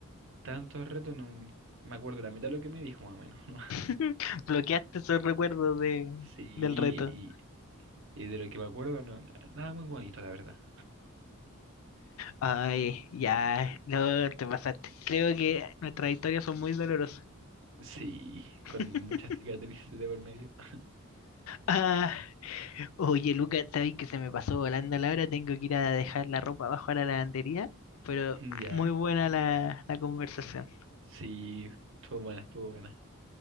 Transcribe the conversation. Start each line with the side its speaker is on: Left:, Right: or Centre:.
Right: tantos retos, no me acuerdo la mitad de lo que me dijo más o menos, <laughs> ¿no?
Left: <laughs> Bloqueaste esos recuerdos de,
Right: Sí,
Left: del reto.
Right: y, y de lo que me acuerdo, no, nada muy bonito, la verdad.
Left: Ay, ya. No, te pasaste. Creo que nuestras historias son muy dolorosas.
Right: Sí,
Left: <laughs>
Right: con muchas cicatrices de por medio. <laughs>
Left: Ah, oye, Lucas, sabes que se me pasó volando la hora. Tengo que ir a dejar la ropa abajo a la lavandería. Pero
Right: Ya,
Left: muy buena la, la conversación.
Right: sí, estuvo buena, estuvo buena.